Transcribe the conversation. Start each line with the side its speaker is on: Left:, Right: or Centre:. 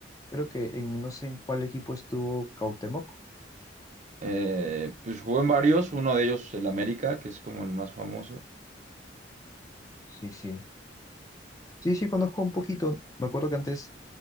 Left: Creo que en no sé en cuál equipo estuvo Cautemoc.
Right: Eh, pues jugó en varios, uno de ellos el América, que es como el más famoso,
Left: Sí, sí. Sí, sí, conozco un poquito. Me acuerdo que antes